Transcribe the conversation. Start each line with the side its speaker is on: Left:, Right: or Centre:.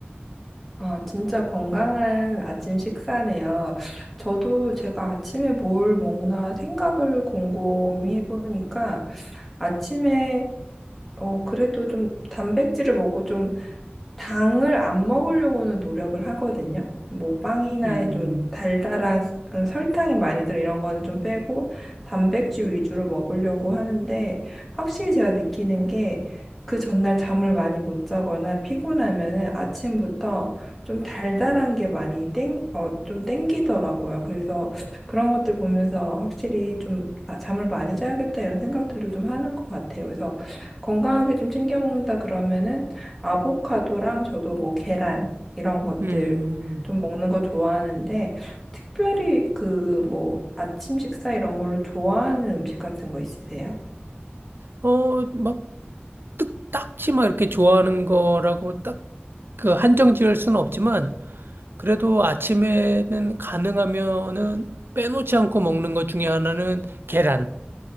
Centre: 아, 진짜 건강한 아침 식사네요. 저도 제가 아침에 뭘 먹나 생각을 곰곰이 해보니까 아침에 어, 그래도 좀 단백질을 먹고 좀 당을 안 먹으려고는 노력을 하거든요. 뭐 빵이나
Right: 음,
Centre: 좀 달달한 스- 음, 설탕이 많이 들어 이런 거는 좀 빼고 단백질 위주로 먹으려고 하는데 확실히 제가 느끼는 게 그 전날 잠을 많이 못 자거나 피곤하면은 아침부터 좀 달달한 게 많이 땡, 어, 좀 땡기더라고요. 그래서 그런 것들 보면서 확실히 좀 아, 잠을 많이 자야겠다 이런 생각들도 좀 하는 것 같아요. 그래서 건강하게 좀 챙겨 먹는다 그러면은 아보카도랑 저도 뭐 계란 이런 것들
Right: 음,
Centre: 좀 먹는 거 좋아하는데 특별히 그 뭐 아침 식사 이런 걸로 좋아하는 음식 같은 거 있으세요?
Right: 어, 막 딱- 딱히 막 이렇게 좋아하는 거라고 딱 그 한정 지을 수는 없지만 그래도 아침에는 가능하면은 빼놓지 않고 먹는 것 중에 하나는 계란.